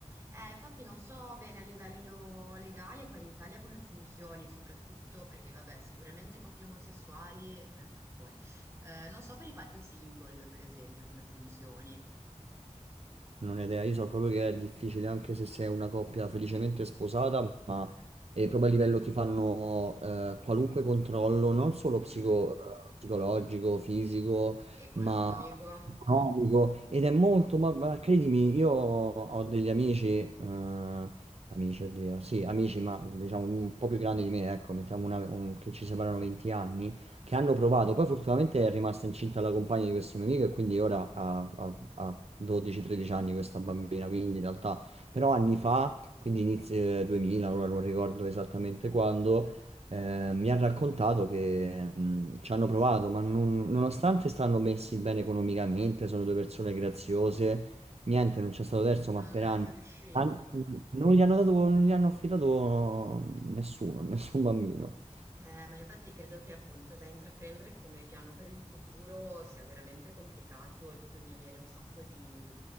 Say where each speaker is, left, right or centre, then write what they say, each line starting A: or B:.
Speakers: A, on the right (about 25°); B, on the right (about 60°).
A: eh, infatti non so bene a livello legale qua in Italia come funzioni, soprattutto perché, vabbè, sicuramente coppie omosessuali eh, siamo fuori. Eh, non so per i padri single, per esempio, come funzioni.
B: Non ho idea, io so proprio che è difficile anche se sei una coppia felicemente sposata, ma è proprio a livello ti fanno eh, qualunque controllo, non solo
A: Mm,
B: psico-
A: mm.
B: psicologico, fisico,
A: Economico.
B: ma economico. Ed è molto, ma, ma credimi, io ho degli amici, eh, amici, oddio, sì, amici, ma diciamo un po' più grandi di me, ecco, mettiamo una- un- che ci separano 20 anni, che hanno provato, poi fortunatamente è rimasta incinta la compagna di questo mio amico e quindi ora ha, ha- ha 12-13 anni questa bambina, quindi in realtà, però anni fa, quindi inizio 2000, ora non ricordo esattamente quando, eh, mi ha raccontato che mh, ci hanno provato, ma non- nonostante stanno messi bene economicamente, sono due persone graziose, niente, non c'è stato terzo,
A: Non
B: ma per
A: non
B: anni,
A: sono riusciti.
B: an- non gli hanno dato, non gli hanno affidato nessuno, <laughs> nessun bambino.
A: Eh, ma infatti credo che appunto da intraprendere come piano per il futuro sia veramente complicato e bisogna avere un sacco di,